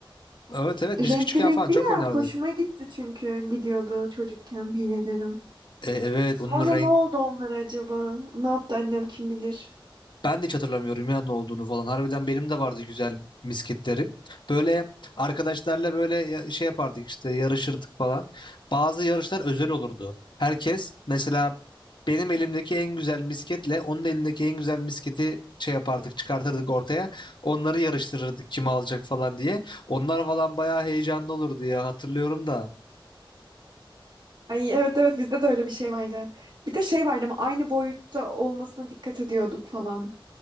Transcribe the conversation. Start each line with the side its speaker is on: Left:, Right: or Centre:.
Left: Evet evet
Right: Renkli
Left: biz küçükken
Right: renkli
Left: falan çok
Right: ya.
Left: oynardık.
Right: Hoşuma gitti çünkü gidiyordu çocukken bilyelerim.
Left: E, evet
Right: Sonra
Left: onun renk
Right: ne oldu onlar acaba? Ne yaptı annem kim bilir?
Left: Ben de hiç hatırlamıyorum ya ne olduğunu falan. Harbiden benim de vardı güzel misketlerim. Böyle arkadaşlarla böyle ya- şey yapardık işte yarışırdık falan. Bazı yarışlar özel olurdu. Herkes mesela benim elimdeki en güzel misketle onun elindeki en güzel misketi şey yapardık çıkartırdık ortaya. Onları yarıştırırdık kim alacak falan diye. Onlar falan bayağı heyecanlı olurdu ya hatırlıyorum da.
Right: Ay evet evet bizde de öyle bir şey vardı. Bir de şey vardı ama aynı boyutta olmasına dikkat ediyorduk falan.